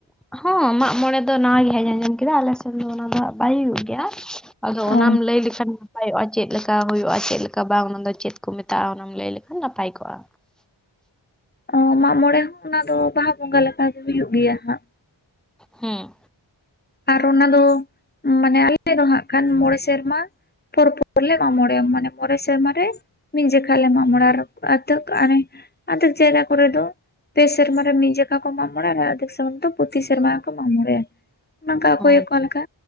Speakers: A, in the centre; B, on the left.
A: ᱦᱚᱸ ᱢᱟᱜᱽ ᱢᱚᱬᱮ ᱫᱚ ᱱᱚᱣᱟᱹᱜᱮ ᱦᱟᱸᱜ ᱤᱧ ᱟᱸᱡᱚᱢ ᱠᱮᱫᱟ᱾ ᱟᱸᱞᱮ ᱥᱮᱱ ᱫᱚ ᱚᱱᱟ ᱫᱚ ᱦᱟᱸᱜ ᱵᱟᱭ ᱦᱩᱭᱩᱹᱜ ᱜᱮᱭᱟ᱾ ᱟᱸᱫᱚ
B: ᱚ
A: ᱚᱱᱟᱢ ᱞᱟᱹᱭ ᱞᱮᱹᱠᱷᱟᱱ ᱱᱟᱯᱟᱭᱚᱜᱼᱟ᱾ ᱪᱮᱫ ᱞᱮᱠᱟ ᱦᱩᱭᱩᱜᱼᱟ ᱪᱮᱫ ᱞᱮᱠᱟ ᱵᱟᱝ ᱚᱱᱟᱹᱫᱚ ᱪᱮᱫ ᱠᱚ ᱢᱮᱛᱟᱜᱼᱟ ᱚᱱᱟᱢ ᱞᱟᱹᱭ ᱞᱮᱹᱠᱷᱟᱱ ᱱᱟᱯᱟᱭ ᱠᱟᱜ-ᱟ᱾
B: ᱚ ᱢᱟᱜᱽ ᱢᱚᱬᱮ ᱦᱚᱸ ᱚᱱᱟ ᱫᱚ ᱵᱟᱦᱟ ᱵᱚᱸᱜᱟ ᱞᱮᱠᱟᱹᱜᱮ ᱦᱩᱭᱩᱹᱜ ᱜᱮᱭᱟ ᱦᱟᱸᱜ᱾
A: ᱦᱮᱸ᱾
B: ᱟᱨ ᱚᱱᱟ ᱫᱚ ᱢᱟᱱᱮᱹ ᱟᱸᱞᱮ ᱫᱚ ᱦᱟᱸᱜ ᱠᱷᱟᱱ ᱢᱚᱬᱮ ᱥᱮᱨᱢᱟᱹ ᱯᱚᱨ ᱯᱟᱨ ᱞᱮ ᱢᱟᱜᱽ ᱢᱚᱲᱮᱜ-ᱟ ᱢᱟᱱᱮ ᱯᱟᱨᱮ ᱥᱮᱨᱢᱟ ᱨᱮ ᱢᱤᱫ ᱡᱚᱠᱷᱟ ᱞᱮ ᱢᱟᱜᱽ ᱢᱚᱬᱮ ᱟᱨ ᱟᱛᱠ ᱟᱨᱮ ᱟᱫᱮᱠ ᱡᱟᱭᱜᱟ ᱠᱚᱨᱮ ᱫᱚ ᱯᱮ ᱥᱮᱨᱢᱟ ᱨᱮ ᱢᱤᱫᱡᱚᱠᱟ ᱠᱚ ᱢᱟᱜᱽ ᱢᱟᱲᱣ-ᱟ ᱟᱨ ᱨᱟᱫᱷᱮᱠ ᱥᱮᱢᱟ ᱫᱚ ᱯᱚᱛᱤ ᱥᱮᱨᱢᱟ ᱜᱮᱠᱚ ᱢᱟᱜᱽ ᱢᱚᱲᱮᱜ-ᱟ᱾ ᱱᱚᱝᱠᱟ ᱚᱠᱚᱭ
A: ᱚ
B: ᱚᱠᱟᱞᱮᱠᱟ